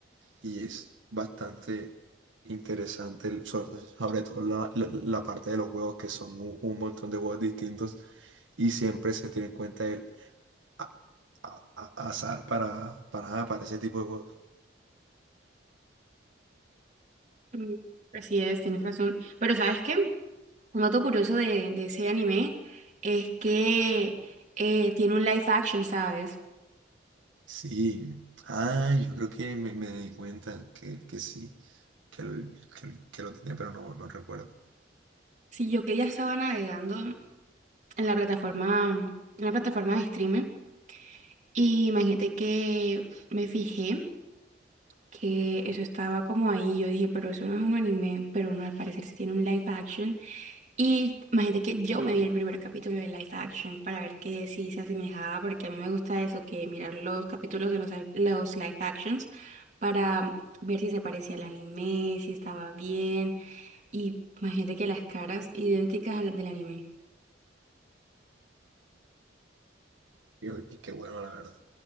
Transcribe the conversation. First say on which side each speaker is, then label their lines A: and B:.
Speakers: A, on the right; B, on the right.
A: y es bastante interesante, el- sobre, sobre todo la, la- la parte de los juegos, que son un un montón de juegos distintos y siempre se tiene en cuenta el, a- a- a- azar para, para, ah, para ese tipo de juegos.
B: Mm, Así es, tienes razón. Pero ¿sabes qué? Un dato curioso de, de ese anime es que eh, tiene un live action, ¿sabes?
A: Sí, ah, yo creo que me, me di cuenta que, que sí, que lo, que, que lo tenía, pero no, no recuerdo.
B: Si yo que ya estaba navegando en la plataforma, en la plataforma de streaming, y imagínate que me fijé que eso estaba como ahí. Yo dije, pero eso no es un anime, pero no, al parecer sí tiene un live action. Y imagínate que yo me vi el primer capítulo de Life Action para ver que si se asemejaba, porque a mí me gusta eso, que mirar los capítulos de los, li- los Life Actions para ver si se parecía al anime, si estaba bien. Y imagínate que las caras idénticas a las del anime.
A: Y, y qué bueno, la verdad.